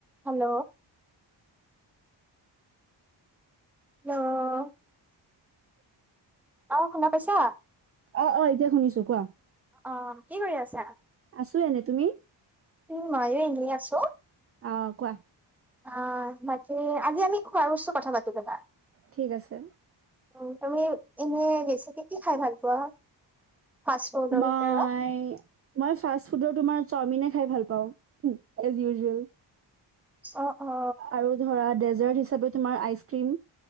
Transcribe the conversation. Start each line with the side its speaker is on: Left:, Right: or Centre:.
Centre: Hello. লৌ অ' শুনা পাইছা।
Right: অ'-অ' এতিয়া শুনিছো কোৱা।
Centre: অ' কি কৰি আছা,
Right: আছো এনে তুমি
Centre: উম ময়ো এনেই আছো।
Right: অ', কোৱা।
Centre: অ' বাকী আজি আমি খোৱাৰ বস্তু কথা পাতো ব'লা।
Right: ঠিক আছে।
Centre: উম, তুমি ইনে বেছিকে কি খাই ভাল পোৱা। ফাষ্ট ফুডৰ
Right: মাই
Centre: ভিতৰত?
Right: মই ফাস্ট ফুডৰ তোমাৰ চাওমিনে খাই ভাল পাওঁ, এজ ইউজুৱেল।
Centre: অ'- অ'।
Right: আৰু <unintelligible> তোমাৰ ice cream